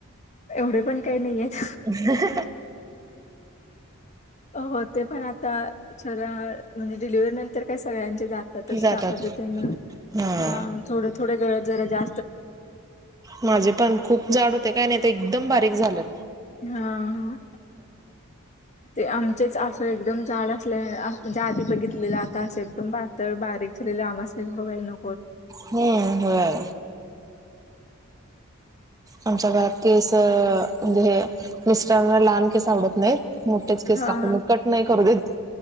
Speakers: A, on the left; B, on the right.
A: एवढे पण काय नाही येत.
B: <unintelligible>
A: होते पण आता जरा म्हणजे डिलिव्हरी नंतर काय सगळ्यांचे जा तातच
B: जातात.
A: त्या पद्धतीनं
B: हम्म.
A: हां थोडे थोडे गळत जरा जा
B: माझे पण खूप जाड होते काय नाही ते एकदम बारीक झाले.
A: हा हा. ते आमचेच असं एकदम जाड असल्याने आह म्हणजे आधी बघितलेलं आता असं एकदम बा पातळ, बारीक झालेले आम्हासनीच बघायला न
B: हू होय. आमच्या घरात केस म्हणजे हे मिस्टरांना लहान केस आवडतं नाही, मोठेच केस
A: हा
B: लागतात
A: हा
B: मग कट नाही करू देत.